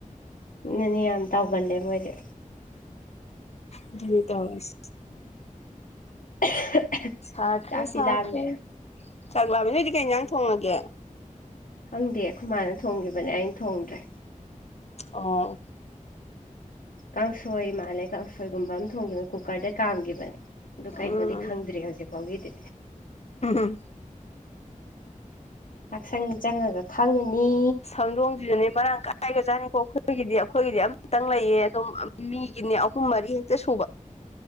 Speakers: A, on the left (about 80°); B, on the left (about 50°).
A: ꯅꯅꯦ ꯌꯥꯝ ꯇꯥꯎꯒꯜꯂꯦ ꯃꯣꯏꯖꯦ
B: ꯑꯗꯨꯅꯦ ꯇꯧꯏꯁꯦ
A: <inaudible>
B: ꯁꯥꯈ꯭ꯔꯦ
A: ꯆꯥꯛꯇꯤ
B: ꯁꯥꯈ꯭ꯔꯦ
A: ꯂꯥꯝꯃꯦ
B: ꯆꯥꯛ ꯂꯥꯛꯃꯦ ꯅꯣꯏꯗꯤ ꯀꯩ ꯏꯟꯖꯥꯡ ꯊꯣꯡꯉꯒꯦ
A: ꯈꯪꯗꯦ ꯑꯩꯈꯣꯏ ꯃꯥꯅ ꯊꯣꯡꯒꯤꯕꯅꯦ ꯑꯩꯅ ꯊꯣꯡꯗ꯭ꯔꯦ
B: ꯑꯣ
A: ꯀꯥꯡꯁꯣꯏ ꯃꯥꯜꯂꯦ ꯀꯥꯡꯁꯣꯏꯒꯨꯝꯕ ꯑꯃ ꯊꯣꯡꯈꯤꯕ ꯀꯨꯀꯔꯗ ꯀꯥꯝꯒꯤꯕꯅꯦ ꯑꯗꯨ
B: ꯎꯝ
A: ꯀꯩꯅꯣꯗꯤ ꯈꯪꯗ꯭ꯔꯤ ꯍꯧꯖꯤꯛꯐꯥꯎꯒꯤꯗꯤ
B: ꯎꯝꯝ
A: ꯆꯥꯛꯁꯪ ꯆꯪꯉꯒ ꯈꯪꯉꯅꯤ
B: ꯈꯪꯗꯣꯡꯖꯤꯗꯅꯤ ꯃꯔꯥꯡ ꯀꯥꯏꯒꯔ ꯖꯥꯠꯅꯤꯀꯣ ꯑꯩꯈꯣꯏꯒꯤꯗꯤ ꯑꯩꯈꯣꯏꯒꯤꯗꯤ ꯑꯃꯇꯪ ꯂꯩꯌꯦ ꯑꯗꯨꯝ ꯃꯤꯒꯤꯅꯦ ꯑꯍꯨꯝ ꯃꯔꯤ ꯍꯦꯛꯇ ꯁꯨꯕ